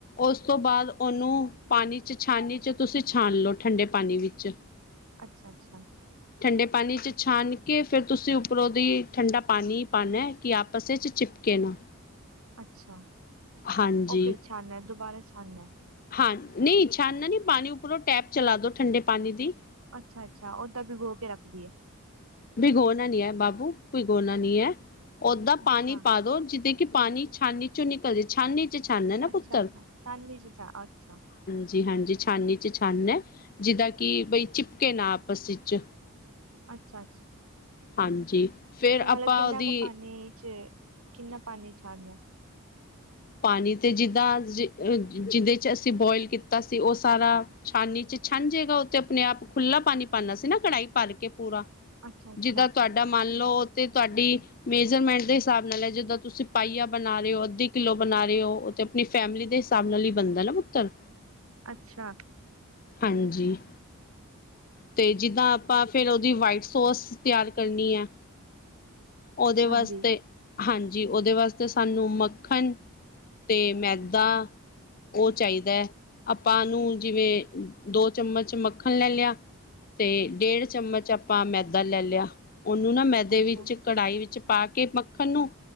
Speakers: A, on the left (about 40°); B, on the right (about 75°).
A: ਉਸ ਤੋਂ ਬਾਅਦ ਉਹਨੂੰ ਪਾਣੀ ਚ ਛਾਨਣੀ ਚ ਤੁਸੀਂ ਛਾਨ ਲਓ ਠੰਡੇ ਪਾਣੀ ਵਿੱਚ
B: ਅੱਛਾ ਅੱਛਾ
A: ਠੰਡੇ ਪਾਣੀ ਚ ਛਾਨ ਕੇ ਫਿਰ ਤੁਸੀਂ ਉੱਪਰੋਂ ਦੀ ਠੰਡਾ ਪਾਣੀ ਹੀ ਪਾਉਣਾ ਕਿ ਆਪਸ ਵਿੱਚ ਚਿਪਕੇ ਨਾ
B: ਅੱਛਾ
A: ਹਾਂਜੀ
B: ਉਹ ਫਿਰ ਛਾਨਣਾ ਦੁਬਾਰਾ ਛਾਨਨਾ
A: ਹਾਂ ਨਹੀਂ ਛਾਨਣਾ ਨੀ ਪਾਣੀ ਉੱਪਰੋਂ ਟੈਪ ਚਲਾ ਦੋ ਠੰਡੇ ਪਾਣੀ ਦੀ
B: ਅੱਛਾ ਅੱਛਾ ਓਦਾਂ ਵੀ ਗੋ ਕੇ ਰੱਖਦੀਏ
A: ਭਿਗੋਉਣਾ ਨੀ ਹੈ ਬਾਬੂ ਭਿਗੋਣਾ ਨੀ ਹੈ ਓਦਾਂ
B: ਅੱਛਾ
A: ਪਾਣੀ ਪਾ ਦੋ ਜਿੱਦ ਕਿ ਪਾਣੀ ਛਾਨੀ ਚੋਂ ਨਿਕਲ ਜਾ ਛਾਨੀ ਚ ਛਾਨ ਹੈ ਨਾ
B: ਅੱਛਾ
A: ਪੁੱਤਰ
B: ਛਾਨਣੀ ਚ ਅੱਛਾ ਅੱਛਾ
A: ਜੀ ਹਾਂਜੀ ਛਾਨੀ ਚ ਛਾਨ ਹੈ ਜਿੱਦਾਂ ਕਿ ਬਈ ਚਿਪਕੇ ਨਾ ਆਪਸ ਵਿੱਚ
B: ਅੱਛਾ ਅੱਛਾ
A: ਹਾਂਜੀ ਫੇਰ
B: ਤੇ ਮਤਲਬ
A: ਆਪਾਂ
B: ਕਿੰਨਾ
A: ਉਹਦੀ
B: ਕੁ ਪਾਣੀ ਚ ਕਿੰਨਾ ਪਾਣੀ ਛੜਨਾ
A: ਪਾਣੀ ਤੇ ਜਿੱਦਾਂ ਜਿਹਦੇ ਚ ਅਸੀਂ ਬੋਇਲ ਕੀਤਾ ਸੀ ਉਹ ਸਾਰਾ ਛਾਨੀ ਚ ਛੰਝੇਗਾ ਉੱਥਤੇ ਆਪਣੇ ਆਪ ਖੁੱਲ੍ਹਲਾ ਪਾਣੀ ਪਾਉਨਾ ਸੀ ਨਾ ਕੜਾਹੀ ਭਰ ਕੇ ਪੂਰਾ
B: ਅੱਛਾ ਅੱਛਾ
A: ਜਿੱਦਾਂ ਤੁਹਾਡਾ ਮੰਨ ਲਓ ਤੇ ਤੁਹਾਡੀ ਮੇਜਰਮੈਂਟ ਦੇ ਹਿਸਾਬ ਨਾਲ ਹੈ ਜਿੱਦਾਂ ਤੁਸੀਂ ਪਾਈਆ ਬਣਾ ਰਹੇ ਹੋ ਅੱਧੀ ਕਿੱਲੋ ਬਣਾ ਰਹੇ ਹੋ ਉਹ ਤੇ ਆਪਣੀ ਫੈਮਿਲੀ ਦੇ ਹਿਸਾਬ ਨਾਲ ਹੀ ਬਣਦਾ ਨਾ ਪੁੱਤਰ
B: ਅੱਛਾ
A: ਹਾਂਜੀ ਤੇ ਜਿੱਦਾਂ ਆਪਾਂ ਫਿਰ ਉਹਦੀ ਵਾਈਟ ਸੋਸ ਤਿਆਰ ਕਰਨੀ ਹੈ ਉਹਦੇ
B: ਹਾਂਜੀ
A: ਵਾਸਤੇ ਹਾਂਜੀ ਉਹਦੇ ਵਾਸਤੇ ਸਾਨੂੰ ਮ ਮੱਖਣ ਤੇ ਮੈਦਾ ਉਹ ਚਾਹੀਦਾ ਹੈ ਆਪਾਂ ਨੂੰ ਜਿਵੇਂ ਦੋ ਚਮਚ ਮੱਖਣ ਲੈ ਲਿਆ ਤੇ ਡੇਢ ਚਮਚ ਆਪਾਂ ਮੈਦਾ ਲੈ ਲਿਆ ਉਹਨੂੰ ਨਾ ਮੈਦੇ
B: ਅੱਛਾ
A: ਵਿੱਚ ਕੜਾਹੀ ਵਿੱਚ ਪਾ ਕੇ ਮੱਖਣ ਨੂੰ